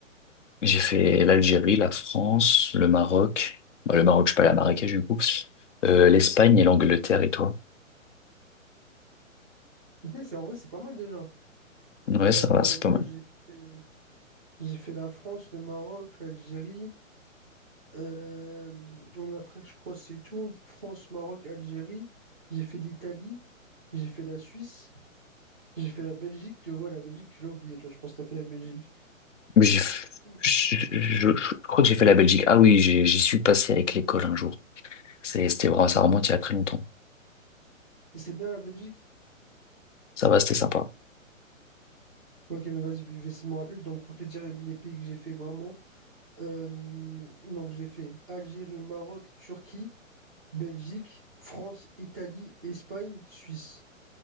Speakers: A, on the left; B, in the centre.
A: J'ai fait l'Algérie, la France, le Maroc. Bah, le Maroc, je suis pas allé à Marrakech, du coup. Euh, l'Espagne et l'Angleterre, et toi?
B: Ok, c'est en vrai, c'est pas mal déjà.
A: Ouais,
B: Euh,
A: ça va, c'est
B: moi,
A: pas mal.
B: j'ai fait, j'ai fait la France, le Maroc, l'Algérie. euh, en Afrique, je crois, c'est tout. France, Maroc, Algérie. J'ai fait l'Italie. J'ai fait la Suisse. J'ai fait la Belgique. Tu vois, la Belgique, tu l'as oublié, toi. Je pense que t'as fait la Belgique.
A: Mais j'ai,
B: Mm.
A: je, je- je- je crois que j'ai fait la Belgique. Ah oui, j'ai- j'y suis passé avec l'école un jour. C'est- C'était vraiment, ça remonte il y a très longtemps.
B: Et C'est bien la Belgique?
A: Ça va, c'était sympa.
B: Ok, mais vas-y, je vais essayer de me rappeler. Donc, pour te dire les pays que j'ai fait vraiment, euh, donc j'ai fait Algérie, Maroc, Turquie. Belgique, France, Italie, Espagne, Suisse.